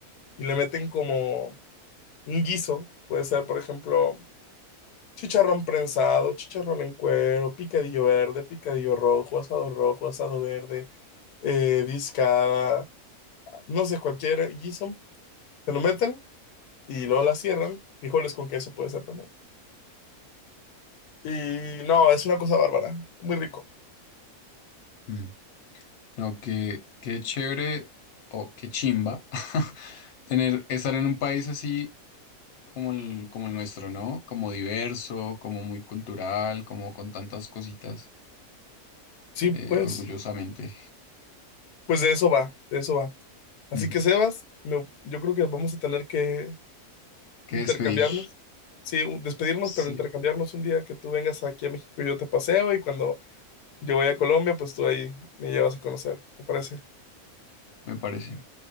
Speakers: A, on the left; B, on the left.
A: y le meten como un guiso. Puede ser, por ejemplo, chicharrón prensado, chicharrón en cuero, picadillo verde, picadillo rojo, asado rojo, asado verde, eh, discada, no sé, cualquier guiso. Se lo meten y luego la cierran. Frijoles con queso puede ser también. Y no, es una cosa bárbara, muy rico.
B: Mm. No, qué, qué chévere o qué chimba <laughs> tener, estar en un país así como el, como el nuestro, ¿no? Como diverso, como muy cultural, como con tantas cositas,
A: Sí, pues,
B: eh, orgullosamente.
A: pues de eso va, de eso va. Así
B: Mm.
A: que Sebas, me- yo creo que vamos a tener que
B: Qué
A: Intercambiarnos.
B: despedir.
A: Sí, u- despedirnos,
B: Sí,
A: pero intercambiarnos un día que tú vengas aquí a México y yo te paseo y cuando yo voy a Colombia, pues tú ahí me llevas a conocer. ¿Te parece?
B: me parece.